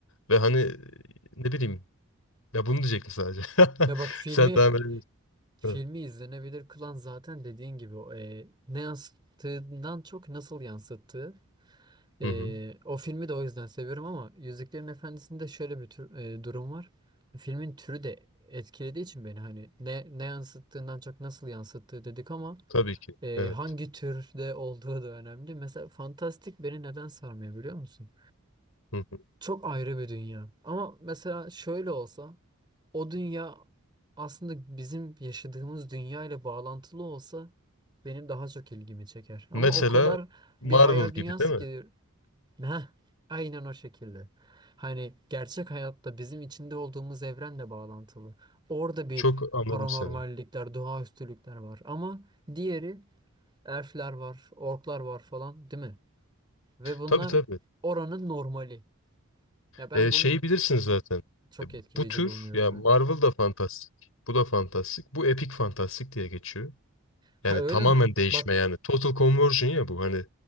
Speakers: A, on the left; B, on the right.
A: Ve hani ne bileyim ya bunu diyecektim sadece.
B: Ya
A: <laughs>
B: bak filmi
A: Sen devam edebilirsin.
B: filmi
A: Evet.
B: izlenebilir kılan zaten dediğin gibi o, e, ne yansıttığından çok nasıl yansıttığı. E,
A: Hı hı.
B: o filmi de o yüzden seviyorum ama Yüzüklerin Efendisi'nde şöyle bir tür, e, durum var. Filmin türü de etkilediği için beni hani ne ne yansıttığından çok nasıl yansıttığı dedik ama
A: Tabii ki.
B: e,
A: Evet.
B: hangi türde olduğu da önemli. Mesela fantastik beni neden sarmıyor biliyor musun?
A: Hı hı.
B: Çok ayrı bir dünya. Ama mesela şöyle olsa o dünya aslında bizim yaşadığımız dünya ile bağlantılı olsa benim daha çok ilgimi çeker. Ama
A: Mesela
B: o kadar
A: Marvel
B: bir hayal
A: gibi
B: dünyası
A: değil mi?
B: ki heh, aynen o şekilde. Hani gerçek hayatta bizim içinde olduğumuz evrenle bağlantılı. Orada bir
A: Çok anladım
B: paranormallikler,
A: seni.
B: doğaüstülükler var. Ama diğeri elfler var, orklar var falan değil mi? Ve bunlar
A: Tabii tabii.
B: oranın normali. Ya ben
A: Ee,
B: bunu
A: şeyi bilirsin zaten.
B: çok etkileyici
A: Bu tür
B: bulmuyorum
A: ya
B: hani.
A: Marvel da fantastik. Bu da fantastik. Bu epik fantastik diye geçiyor.
B: Ha
A: Yani
B: öyle
A: tamamen
B: mi?
A: değişme
B: Bak
A: yani. Total conversion ya bu hani